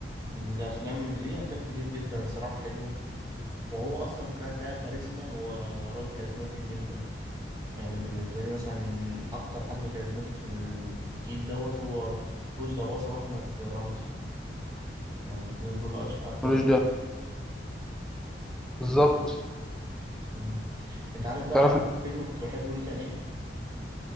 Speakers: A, on the right (about 20°); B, in the centre.
A: الافلام ليه افلام كتير جدا صراحه حلوه وهو اصلا ك... ك- كاريزما هو راجل كاريزماتيك جدا يعني بالنسبة لي مثلا أكتر حد كاريزماتيك في ال- في الجيل دوت هو رشدي أباظة وأحمد رمزي يعني الاتنين دول أش- أكتر
B: رشدي
A: ناس.
B: بالظبط
A: مم. أنت عارف بقى
B: تعرف
A: أكتر
B: إن-
A: فيلم كنت بحبه ليه كان إيه؟